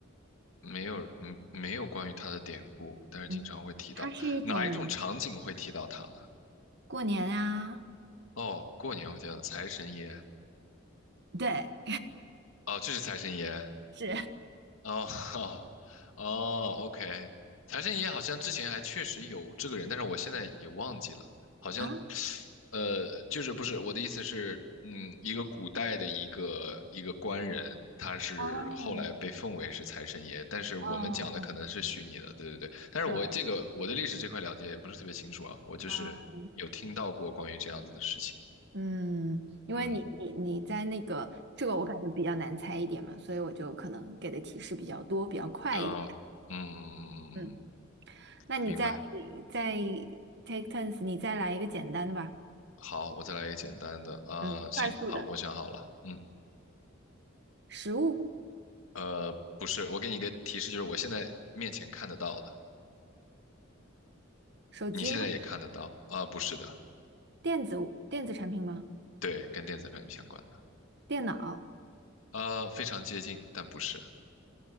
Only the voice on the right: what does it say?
嗯，它是一种过年啊，
对，
<laughs> 是
啊，
哦
哦，
对，
啊，嗯，因为你你你在那个这个我感觉比较难猜一点嘛，
所以我就可能给的提示比较多，比较快一点。
嗯，那你再
再 take turns，你再来一个简单的吧。
嗯，快速的，
食物，
手机吗？
电子电子产品吗？
电脑，